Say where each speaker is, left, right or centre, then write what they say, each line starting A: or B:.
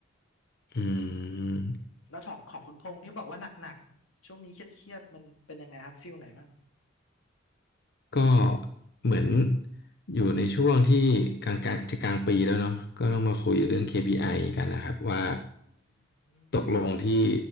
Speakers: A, on the left; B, on the left.
A: อืม
B: แล้วของของคุณพงษ์ที่บอกว่าหนักๆ ช่วงนี้เครียดๆ มันเป็นยังไงครับฟิลไหนมั่ง
A: ก็เหมือนอยู่ในช่วงที่กลางกลางจะกลางปีแล้วเนาะก็ต้องมาคุยเรื่อง KPI กันนะครับว่า
B: อืม
A: ตกลงที่